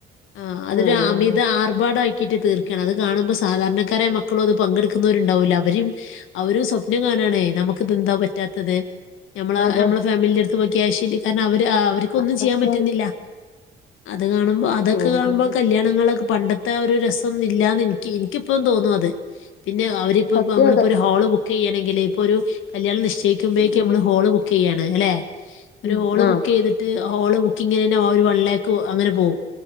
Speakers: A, on the left; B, on the left.
A: ആ അതിലൊരു
B: ഉം
A: അമി
B: ഉം ഉം.
A: ബാടാക്കിയ്ട്ട് തീർക്കേണ് അത് കാണുമ്പോ സാധാരണക്കാരായ മക്കളും അത് പങ്കെടുക്കുന്നോരുണ്ടാവുല്ലെ അവരേം അവുര് സ്വപ്നം കാണേണേ നമക്ക്തിന്താൻ പറ്റാത്തത് നമ്മളെ
B: അതെ
A: നമ്മള ഫാമിലിന്റെര് <unintelligible> ക്കയാശ കാരണം അവര് ആ അവര്ക്കൊന്നും
B: സത്യാണ്
A: ചെയ്യാൻ പറ്റുന്നില്ല ത് കാണുമ്പോ അതൊക്കെ
B: ഉം
A: കാണുമ്പോകല്യാണങ്ങളക്ക
B: ഉം.
A: പണ്ടത്തെ ആ ഒരു രസംന്നില്ലാന്നെനിക്ക് എനിക്കിപ്പഴും തോന്നും അത് പിന്നെ അവരി ഇപ്പോ
B: സത്യം
A: നമ്മള
B: അത്
A: ഇപ്പോൾ ഒരു ഹോള് ബുക്ക് ചെയ്യണെങ്കിൽ ഇപ്പോൾ ഒരു കല്യാണം നിശ്ചക്കുമ്പോഴേക്ക്
B: ഉം
A: നമ്മള് ഹോള് ബുക്ക് ചെയ്യയാണ് അല്ലെ ഒരു
B: ഉം.
A: ഹോള്
B: ആ
A: ബുക്കെയ്ത്ട്ട് ഹോള് ബുക്കിങ്ങിനനെ ഒരു വൺ ലാക്ക് അങ്ങനെ പോവും